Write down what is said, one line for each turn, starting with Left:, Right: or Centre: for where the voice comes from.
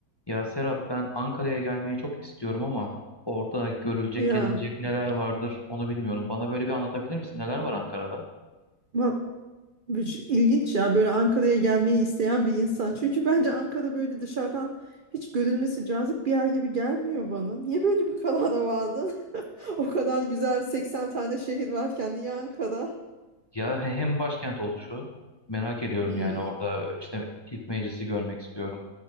Left: Ya Serap ben Ankara'ya gelmeyi çok istiyorum ama orada görülecek,
Right: Ya
Left: gezilecek neler vardır onu bilmiyorum. Bana böyle bir anlatabilir misin? Neler var Ankara'da?
Right: va- bir şey- ilginç ya böyle Ankara'ya gelmeyi isteyen bir insan. Çünkü bence Ankara böyle dışarıdan hiç görülmesi cazip bir yer gibi gelmiyor bana. Niye böyle bir karara vardın? <laughs> O kadar güzel 80 tane şehir varken niye Ankara?
Left: Ya he- hem başkent oluşu merak ediyorum
Right: Hmm,
Left: yani orada işte ilk meclisi görmek istiyorum.